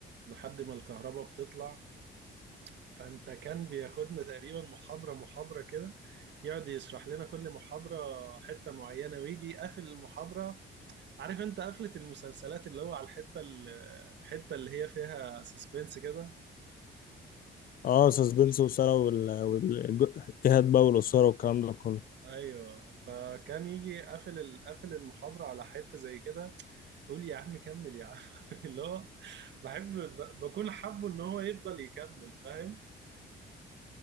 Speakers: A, on the right (about 60°); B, on the left (about 45°).
A: لحد ما الكهرباء بتطلع فانت كان بياخدنا تقريبا محاضرة محاضرة كده يقعد يشرح لنا كل محاضرة حتة معينة ويجي يقفل المحاضرة عارف انت قفلة المسلسلات اللي هو على الحتة ال- الحتة اللي هي فيها سسبنس كده
B: اه سسبنس وإثارة وال- والجهاد بقى والإثارة والكلام ده كله
A: ايوه فكان يجي قافل ال- قافل المحاضرة على حتة زي كده يقول يا عم كمل يا عم <laughs> اللي هو بحب ب- بكون حابه ان هو يفضل يكمل فاهم